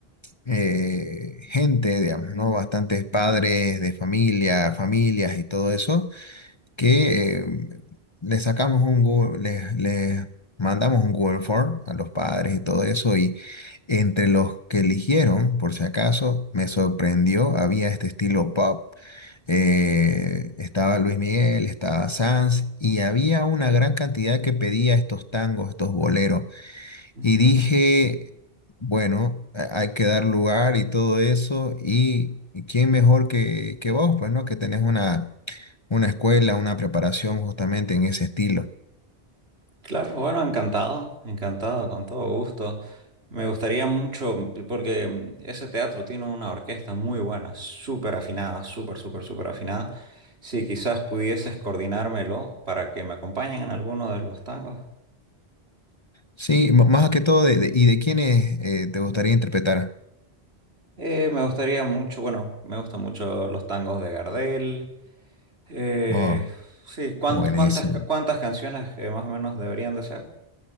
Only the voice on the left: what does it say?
eh, gente, digamos, ¿no? Bastantes padres de familia, familias y todo eso que eh, le sacamos un Google, le, le mandamos un Google Form a los padres y todo eso, y entre los que eligieron, por si acaso, me sorprendió, había este estilo pop, eh, estaba Luis Miguel, estaba Sanz, y había una gran cantidad que pedía estos tangos, estos boleros.
Y dije, bueno, a- hay que dar lugar y todo eso. Y, y quién mejor que, que vos, pues, ¿no? Que tenés una, una escuela, una preparación justamente en ese estilo.
Sí, m- más que todo, de, de- ¿y de quiénes eh, te gustaría interpretar?
Oh,
buenísimo.